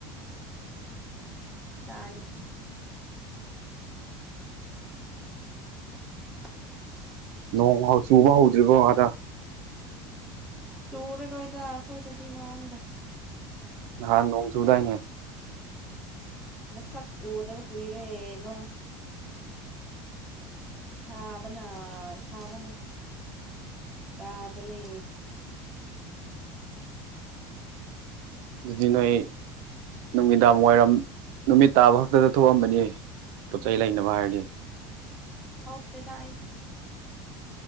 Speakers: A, in the centre; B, on the right (about 65°).
A: ꯇꯥꯏꯌꯦ <unintelligible>
B: ꯅꯣꯡ ꯆꯨꯕ ꯍꯧꯗ꯭ꯔꯤꯕꯣ ꯑꯗ
A: ꯆꯨꯔ ꯂꯣꯏꯗ ꯑꯩꯈꯣꯏꯗꯗꯤ ꯅꯣꯡꯗꯣ
B: ꯅꯍꯥꯟ ꯅꯣꯡ ꯆꯨꯗꯥꯏꯅꯦ
A: ꯃꯁꯛ ꯎꯗꯕ ꯀꯨꯏꯔꯦ ꯅꯣꯡ ꯁꯥꯕꯅ ꯁꯥꯕꯅ ꯌꯥꯗ꯭ꯔꯔꯦ
B: ꯑꯗꯨꯗꯤ ꯅꯣꯏ ꯅꯨꯃꯤꯗꯥꯡ ꯋꯥꯏꯔꯝ ꯅꯨꯃꯤꯠ ꯇꯥꯕ ꯈꯛꯇꯗ ꯊꯣꯛꯑꯝꯕꯅꯤ ꯄꯣꯠ ꯆꯩ ꯂꯩꯅꯕ ꯍꯥꯏꯔꯗꯤ
A: ꯊꯣꯛꯇꯦꯗ ꯑꯩꯗꯤ